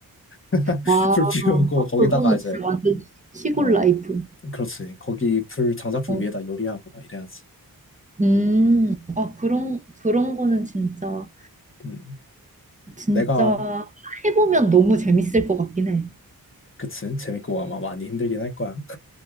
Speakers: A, on the left; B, on the right.
A: <laughs>
B: 아,
A: 불 피우고
B: 아,
A: 거기다가
B: 그거는
A: 이제
B: 진짜 완전 시골
A: 어
B: 라이프.
A: 그렇지 거기 불 장작불
B: 어.
A: 위에다 요리하고 막 이래야지
B: 음, 아, 그런, 그런 거는 진짜,
A: 음
B: 진짜
A: 내가
B: 해보면 너무 재밌을 것 같긴 해.
A: 그치 재밌고 아마 많이 힘들긴 할 거야